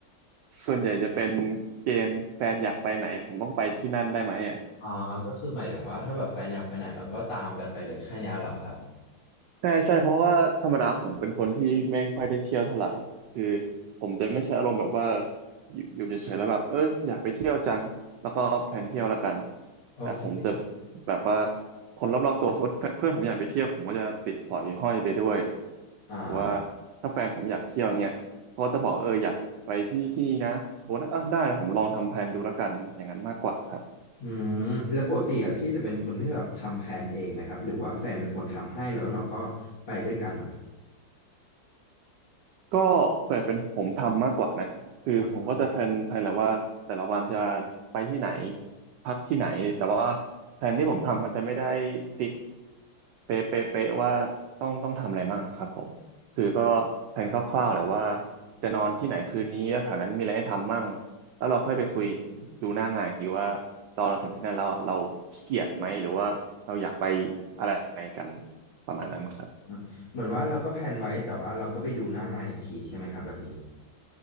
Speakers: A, on the right (about 80°); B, on the left (about 60°).
A: ส่วนใหญ่จะเป็นเกณฑ์แฟนอยากไปไหนผมต้องไปที่นั่นได้ไหมอ่ะ
B: อ่าก็คือหมายถึงว่าถ้าแบบแฟนอยากไปไหนเราก็ตามกันไปเลยแค่เนี้ยเหรอครับ
A: ใช่ใช่เพราะว่าธรรมดาผมเป็นคนที่ไม่ค่อยได้เที่ยวเท่าไหร่คือผมจะไม่ใช่อารมณ์แบบว่าอยู่อยู่เฉยๆแล้วแบบเอ้ยอยากไปเที่ยวจังแล้วก็แพลนเที่ยวแล้วกัน
B: โอเค
A: แต่ผมจะแบบว่าคนรอบๆตัวสมมติเพื่อนผมอยากไปเที่ยวผมก็จะติดสอยห้อยไปด้วย
B: อ่า
A: ว่าถ้าแฟนผมอยากเที่ยวเงี้ยเขาก็จะบอกเอออยากไปที่ที่นะผมว่าเออได้นะผมลองทำแพลนดูแล้วกันอย่างนั้นมากกว่าครับ
B: อืมแล้วปกติอ่ะพี่จะเป็นคนที่แบบทำแผนเองไหมครับหรือว่าแฟนเป็นคนทำให้แล้วเราก็ไปด้วยกันเหรอครับ
A: ก็เปิดเป็นผมทำมากกว่านะคือผมก็จะแพลนแพลนแหละว่าแต่ละวันจะ
B: ครับ
A: ไปที่ไหนพักที่ไหนแต่ว่าแพลนที่ผมทำมันจะไม่ได้ฟิกเป๊ะเป๊ะเป๊ะว่าต้องต้องทำอะไรบ้างอะครับผมคือก็แพลนคร่าวๆแหละว่าจะนอนที่ไหนคืนนี้แล้วแถวนั้นมีอะไรให้ทำมั่งแล้วเราค่อยไปคุยดูหน้างานอีกทีว่าตอนเราถึงที่นั่นแล้วอะเราขี้เกียจไหมหรือว่าเราอยากไปอะไรไหนกันประมาณนั้นครับ
B: อืมเหมือนว่าเราก็แผนไว้แต่ว่าเราก็ไปดูหน้างานอีกทีใช่ไหมครับแบบนี้